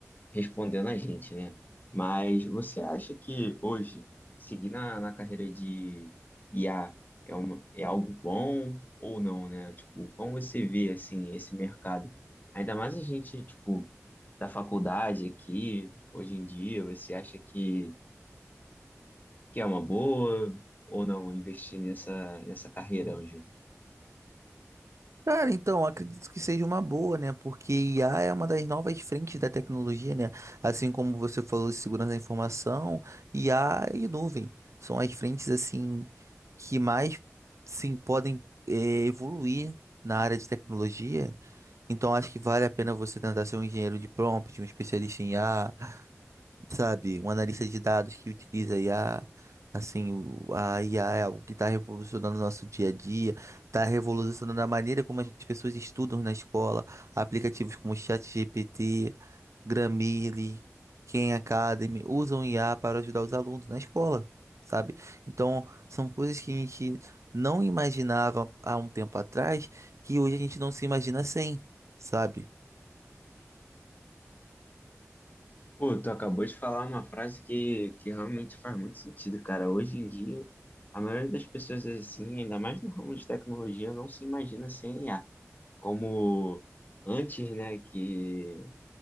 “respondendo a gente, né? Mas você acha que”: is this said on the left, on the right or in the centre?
Left